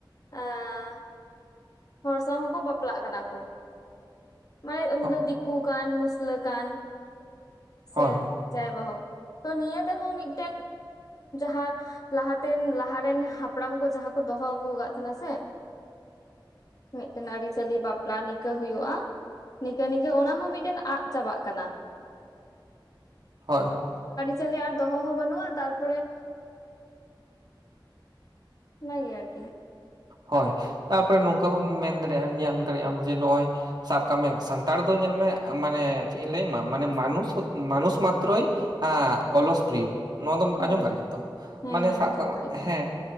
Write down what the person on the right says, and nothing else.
ᱦᱚ-
ᱦᱳᱭ ᱦᱳᱭ
ᱦᱳᱭ ᱦᱳᱭ
ᱦᱳᱭ ᱛᱟᱯᱚᱨᱮ ᱱᱚᱝᱠᱟ ᱦᱚᱢ ᱢᱮᱱ ᱫᱟᱲᱮᱭᱟᱜᱼᱟᱢ ᱧᱮᱞ ᱫᱟᱲᱮᱭᱟᱜ ᱟᱢ ᱡᱮ ᱱᱚᱜᱼᱚᱭ ᱥᱟᱵ ᱠᱟᱜ ᱢᱮ ᱥᱟᱱᱛᱟᱲ ᱫᱚ ᱧᱟᱢ ᱢᱮ ᱢᱟᱱᱮ ᱪᱮᱫ ᱤᱧ ᱞᱟᱹᱭᱟᱢᱟ ᱢᱟᱱᱮ ᱢᱟᱱᱩᱥᱽ ᱢᱟᱱᱩᱥᱚ ᱢᱟᱛᱨᱚᱭ ᱚᱞᱚᱥᱯᱨᱤᱭᱚ᱾ ᱱᱚᱣᱟ ᱫᱚᱢ
ᱟᱸᱡᱚᱢ ᱠᱟᱜ
ᱜᱮᱭᱟ ᱛᱚ
ᱢᱟᱱᱮ
ᱥᱟᱵ
ᱠᱟᱜ ᱢᱮ
ᱦᱮᱸ